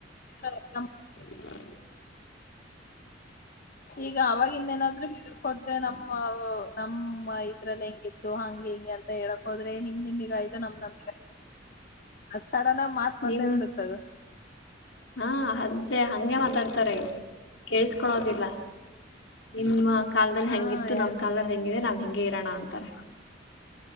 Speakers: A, on the left; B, on the left.
A: ಅರ್ಥ ಮಾಡ್ಕೊಳ್ಳಲ್ಲ.
B: ಹಾ
A: ಈಗ ಅವವಾಗಿನ್ನೇಏನಾದ್ರು ಹೇಳ್ಕ್ೋದ್ರೆ ನಮ್ಮ ನಮ್ಮ ಇದ್ರಲ್ಲಿ ಹೆಂಗಿತ್ತು ಹಂಗಗೆ ಹೆಂಗಗೆ ಅಂತ ಹೇಳಕ್ ಹೋದ್ರೆ ನಿಮ್ ನಿಮಿಗ ಆಯ್ತು ನಮ್ ನಮಿಗ ಆಯ್ತು ಸಡನ್ ಆಗಿ ಮತ್ ಬಂದೇ
B: ನಿಮ್
A: ಬಿಡುತ್ತದು
B: ಹಾ ಅದೇ ಹಗೆ ಮಾತಾಡ್ತಾರೆ ಕಳ್ ೋದಿಲ್ಲ ನಿಮ್ಮ ಕಾಲದಲ್ಲಿ
A: ಹಾ
B: ಹೆಂಗಿತ್ತು
A: ಯಾರಿಗೂ
B: ನಮ್ಮ್ ಕಾಲದಲ್ಲಿ ಹೆಂಗಿದೆ ನಾವ್ ಹಂಗೆ ಇ ಕಣ ಅಂತಾರ